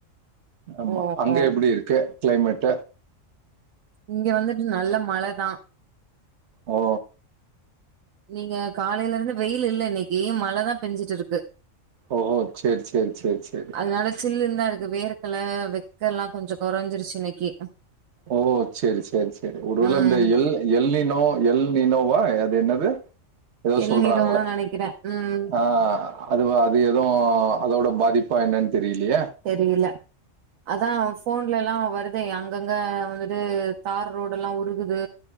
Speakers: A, on the right; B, on the right.
A: ஆமா
B: ஓஹோ
A: அங்க எப்பிடி இருக்கு க்ளைமேட்டு
B: இங்க வந்துட்டு நல்ல மழதா
A: ஓ
B: இங்க காலைல இருந்து வெயில் இல்ல இன்னைக்கி மழதா பெஞ்சிட்டு இருக்கு
A: ஓஹோ செரி செரி செரி செரி
B: அதனால சில்லுன்தா இருக்கு வேர்கல வெக்கல்லா கொஞ்சொ கொறஞ்சிருச்சு இன்னைக்கி
A: ஓ செரி செரி செரி ஒருவேல
B: ம்
A: இந்த எல் எல்லினோ எல்நினோவா அது என்னது எதோ
B: இளநீரோதா
A: சொல்றாங்களே
B: நெனைக்கிறே ம்
A: ஆ அதுவா அது எது அதோட பாதிப்பா என்னன் தெரிலையே
B: தெரியல அதா ஃபோன்லலா வருதே அங்கங்க வந்துட்டு தார் ரோடுல்லா உருகுது